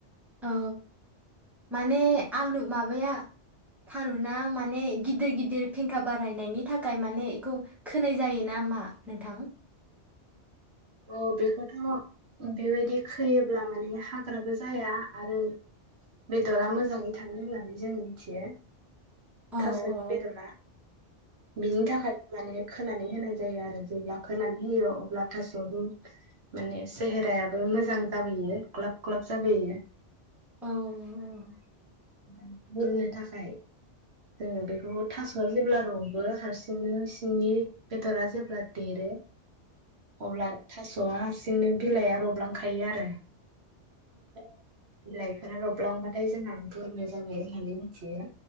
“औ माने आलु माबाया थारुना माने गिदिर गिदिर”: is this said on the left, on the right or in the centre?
Centre